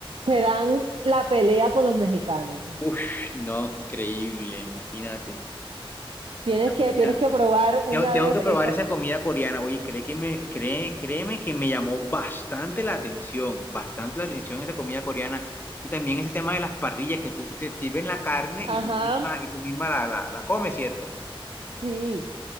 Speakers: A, on the right; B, on the left.
A: Se dan la pelea con los mexicanos. ¿no?
B: Uf, no, increíble, imagínate.
A: Tienes
B: La comida.
A: que, tienes que probar una
B: Tengo, tengo
A: vez
B: que probar
A: eso.
B: esa comida coreana, oye, cree que me, cree, créeme que me llamó bastante la atención, bastante la atención esa comida coreana. Y también ese tema de las parrillas, que tú te sirven la carne y
A: Ajá,
B: tú misma, y tú misma la, la la comes, ¿cierto?
A: sí.